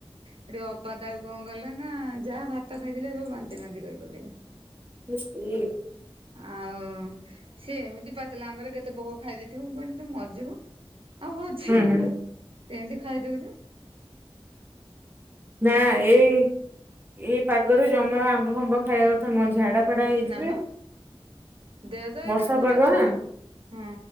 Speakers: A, on the right; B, on the right.
A: ହେଠୁ ଅପା ତାକୁ କଣ କଲେ ନା ଯାହା ଭାତ ଖାଇଥିଲା ସବୁ ବାନ୍ତି ଫାନ୍ତି କରି ପକେଇଲେ।
B: ଇସି
A: ଆଉ ସେ ଏମିତି ପାଚିଲା ଆମ୍ୱରେ କେତେ ପୋକ ଖାଇ ଦେଇେଥିବେ ମୁଁ କହିନି ତମେ ମରିଯିବ। ଆଉ <inaudible> ତୁ
B: ହୁଁ
A: ଏମିତି ଖାଇଦଉଚୁ।
B: ନା ଏ-ଏ ପାଗରେ ଜମା ଆମ୍ବ ଫାମ୍ବ ଖାଇବା କଥା ନୁହଁ। ଝାଡା ଫାଡା ହେଇଯିବେ
A: ନାମ ଦେହ ତ ଏକରେ
B: ବର୍ଷା
A: ଖରାପ
B: ପାଗ
A: ହବ।
B: ନା।
A: ହଁ